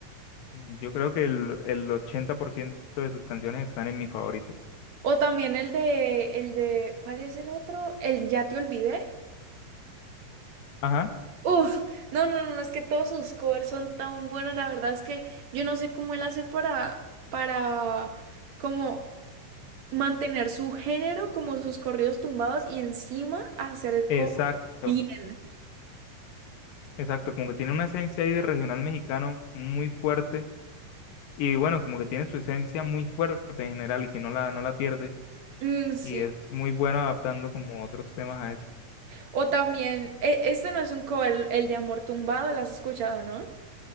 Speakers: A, on the left (about 85°); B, on the right (about 65°).
A: yo creo que el, el 80% de sus canciones están en mis favoritos.
B: o también el de, el de, ¿cuál es el otro? El Ya te olvidé.
A: Ajá,
B: Uf, no, no, no, no, es que todos sus covers son tan buenos, la verdad es que yo no sé cómo él hace para, para, como mantener su género, como sus corridos tumbados y encima hacer el
A: exacto.
B: cover bien.
A: Exacto, como que tiene una esencia ahí de regional mexicano muy fuerte y bueno, como que tiene su esencia muy fuerte en general y que no la, no la pierde
B: Mm, sí.
A: y es muy bueno adaptando como otros temas a eso.
B: O también, e- este no es un cover, el, el de Amor Tumbado, ¿lo has escuchado, no?